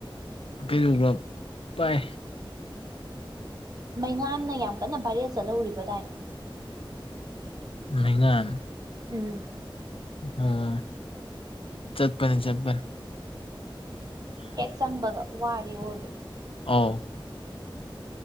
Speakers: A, on the left (about 85°); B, on the right (about 45°).
A: <unintelligible> ꯄꯥꯏ
B: ꯃꯩꯉꯥꯟꯅ ꯌꯥꯝ ꯀꯟꯅ ꯚꯏꯔꯦꯜ ꯆꯠꯍꯧꯔꯤꯕꯗꯥꯏꯅꯦ
A: ꯃꯩꯉꯥꯟ
B: ꯎꯝ
A: ꯎꯝ ꯆꯠꯄꯅꯤ ꯆꯠꯄꯅꯤ
B: ꯍꯦꯛ ꯆꯪꯕꯒ ꯋꯥꯔ‌ꯦ ꯑꯣꯏꯕ
A: ꯑꯥꯎ